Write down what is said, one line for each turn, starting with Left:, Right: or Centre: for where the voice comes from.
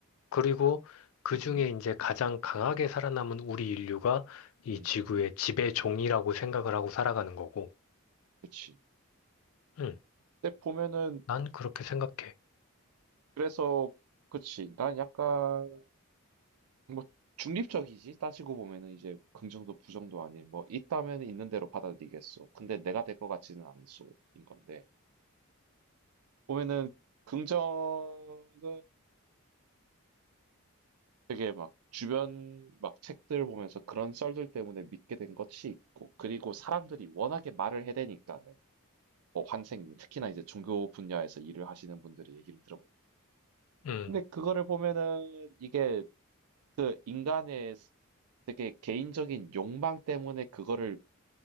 Left: 그리고 그
Right: 음음.
Left: 중에 이제 가장 강하게 살아남은 우리 인류가 이
Right: 음.
Left: 지구의 지배종이라고 생각을 하고 살아가는 거고,
Right: 그치.
Left: 응,
Right: 근데 보면은
Left: 난 그렇게 생각해.
Right: 그래서 그치. 난 약간 뭐 중립적이지. 따지고 보면은 이제 긍정도 부정도 아닌 뭐 있다면 있는 대로 받아들이겠소. 근데 내가 될 것 같지는 않소인 건데. 보면은 긍정은 되게 막 주변 막 책들 보면서 그런 썰들 때문에 믿게 된 것이 있고 그리고 사람들이 워낙에 말을 해대니까는 뭐 환생 특히나 이제 종교 분야에서 일을 하시는 분들의 얘기를 들어보면
Left: 응,
Right: 근데 그거를 보면은 이게 그 인간의 스- 되게 개인적인 욕망 때문에 그거를